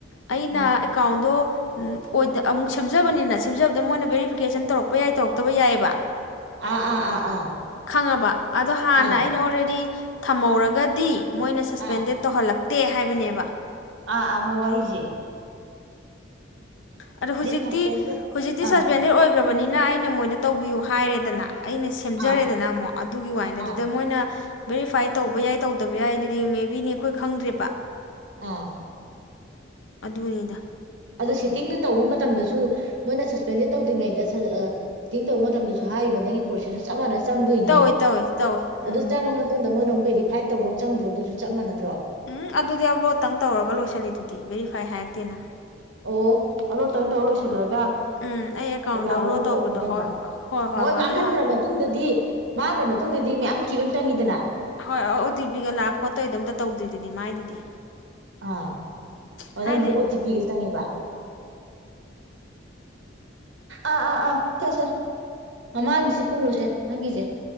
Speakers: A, on the left (about 85°); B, on the right (about 75°).
A: ꯑꯩꯅ
B: ꯑꯥ
A: ꯑꯦꯀꯥꯎꯟꯗꯣ ꯑꯣꯏꯗ ꯑꯃꯨꯛ ꯁꯦꯝꯖꯕꯅꯤꯅ ꯁꯦꯝꯖꯕꯗ ꯃꯣꯏꯅ ꯕꯦꯔꯤꯐꯤꯀꯦꯁꯟ ꯇꯧꯔꯛꯄ ꯌꯥꯏ ꯇꯧꯔꯛꯇꯕ ꯌꯥꯏꯑꯕ
B: ꯑꯥ ꯑꯥ ꯑꯥ
A: ꯈꯪꯉꯕ ꯑꯗꯣ ꯍꯥꯟꯅ
B: ꯑꯥ ꯑꯥ
A: ꯑꯩꯅ ꯑꯣꯜꯔꯦꯗꯤ ꯊꯝꯍꯧꯔꯒꯗꯤ ꯃꯣꯏꯅ ꯁꯁꯄꯦꯟꯗꯦꯠ
B: ꯑꯥ
A: ꯇꯧꯍꯜꯂꯛ ꯇꯦ ꯍꯥꯏꯕꯅꯦꯕ
B: ꯑꯥ ꯑ ꯃ ꯋꯥꯔꯤꯔꯤꯁꯦ
A: ꯑ ꯍꯧꯖꯤꯛꯇꯤ
B: ꯁꯁꯄꯦꯟꯁꯦ
A: ꯍꯧꯖꯤꯛꯇꯤ
B: ꯑꯥ
A: ꯁꯁꯄꯦꯟꯗꯦꯠ ꯑꯣꯏ ꯂꯩꯈ꯭ꯔꯕꯅꯤꯅ ꯑꯩꯅ ꯃꯣꯏꯗ ꯇꯧꯕꯤꯌꯨ ꯍꯥꯏꯔꯦꯗꯅ ꯑꯩꯅ ꯁꯦꯝꯖꯔꯦꯗꯅ
B: ꯑꯥ
A: ꯑꯃꯨꯛ ꯑꯗꯨꯒꯤ ꯋꯥꯗ ꯑꯗꯨꯗ
B: ꯑꯥ
A: ꯃꯣꯏꯅ ꯕꯦꯔꯤꯐꯥꯏ ꯇꯧꯕ ꯌꯥꯏ ꯇꯧꯗꯕ ꯌꯥꯏ ꯑꯗꯨꯗꯤ ꯃꯦ ꯕꯤꯅꯤ ꯑꯩꯈꯣꯏ ꯈꯪꯗ꯭ꯔꯦꯕ
B: ꯑꯥ
A: ꯑꯗꯨꯅꯤꯗ
B: ꯑꯗꯨ ꯁꯤꯠꯇꯤꯡꯗ ꯇꯧꯕ ꯃꯇꯝꯗꯁꯨ ꯃꯣꯏꯅ ꯁꯁꯄꯦꯟꯗꯦꯠ ꯇꯧꯗ꯭ꯔꯤꯉꯩꯗ ꯁꯤꯇꯤꯡ ꯇꯧꯕ ꯃꯇꯝꯗꯁꯨ ꯍꯥꯏꯔꯤꯕ ꯅꯪꯒꯤ ꯄ꯭ꯔꯣꯁꯦꯁꯇ ꯆꯞ ꯃꯥꯟꯅ ꯆꯪꯗꯣꯏꯅꯤ
A: ꯇꯧꯋꯤ ꯇꯧꯋꯤ ꯇꯧꯋꯤ ꯎꯝ
B: ꯑꯗꯨ ꯆꯪꯉ ꯃꯇꯨꯡꯗ ꯃꯣꯏꯅ ꯑꯃꯨꯛ ꯕꯦꯔꯤꯐꯥꯏꯠ ꯇꯧꯕ ꯑꯃ ꯆꯗ꯭ꯔꯣꯗꯨ ꯑꯗꯨ ꯆꯞ ꯃꯅꯗ꯭ꯔꯣ
A: ꯎꯝ ꯑꯗꯨꯗꯤ ꯑꯞꯂꯣꯗꯇꯪ ꯇꯧꯔꯒ ꯂꯣꯏꯁꯤꯜꯂꯤꯗꯨꯗꯤ ꯕꯦꯔꯤꯐꯥꯏ ꯍꯥꯏꯔꯛꯇꯦꯅ
B: ꯑꯣ ꯑꯂꯣꯇꯪ ꯇꯧꯔ ꯂꯣꯏꯁꯤꯜꯂꯒꯦ
A: ꯎꯝ ꯑꯩ ꯑꯦꯀꯥꯎꯟꯗ
B: ꯌꯥꯅ
A: ꯑꯞꯂꯣꯗ
B: ꯑꯗꯨꯝ
A: ꯇꯧꯕꯗꯣ
B: ꯇꯧꯔꯛꯀꯅꯦꯕ
A: ꯍꯣꯏ
B: ꯍꯣꯏ ꯃꯥꯡꯍꯟꯈ꯭ꯔ
A: ꯑꯗꯣ
B: ꯃꯇꯨꯡꯗꯗꯤ ꯃꯥꯡꯈ꯭ꯔ ꯃꯇꯨꯡ ꯃꯇꯨꯡꯗꯗꯤ ꯃꯌꯥꯝ ꯊꯤꯕ ꯑꯃ ꯆꯪꯉꯤꯗꯅ
A: ꯍꯣꯏ ꯑꯣ ꯇꯤ ꯄꯤꯒ ꯂꯥꯛ ꯈꯣꯠꯇꯣꯏꯗ ꯑꯝꯇ ꯇꯧꯗꯔꯤꯗꯨꯗꯤ ꯃꯥꯏꯗꯨꯗꯤ
B: ꯑꯥ ꯑꯣ
A: ꯍꯥꯏꯗꯤ
B: ꯅꯪꯒꯤꯗꯤ ꯑꯣ ꯇꯤ ꯄꯤꯒ ꯆꯪꯉꯦꯕ ꯑꯥ ꯑꯥ ꯑꯥ ꯁꯦ ꯁꯦ ꯃꯃꯥꯡꯒꯤꯁꯦ ꯄꯨꯂꯣꯁꯦ ꯅꯪꯒꯤꯁꯦ